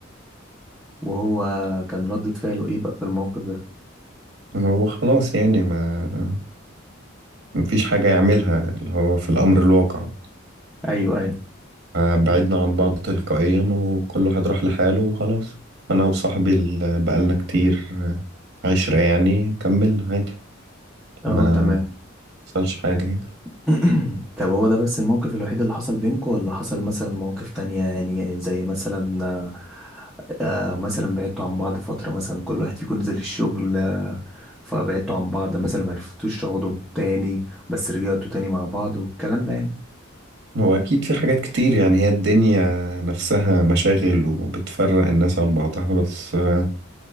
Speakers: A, in the centre; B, on the right.
A: وهو كان ردة فعله ايه بقى في الموقف ده
B: هو خلاص يعني ما مفيش حاجة يعملها اللي هو في الأمر الواقع
A: ايوه ايوه
B: آه، بعدنا عن بعض تلقائيا وكل واحد راح لحاله وخلاص أنا وصاحبي اللي بقالنا كتير عشرة يعني كملنا عادي
A: اه
B: ما
A: تمام
B: حصلش حاجة يعني
A: <clears throat> طب هو ده بس الموقف الوحيد اللي حصل بينكم ولا حصل مثلا مواقف تانية يعني زي مثلا آه آه، مثلا بعدتوا عن بعض فترة مثلا كل واحد فيكم نزل الشغل آه فبعدتوا عن بعض مثلا معرفتوش تقعدوا تاني بس رجعتوا تاني مع بعض والكلام ده يعني
B: هو أكيد في حاجات كتير يعني هي الدنيا نفسها مشاغل وبتفرق الناس عن بعضها بس آه،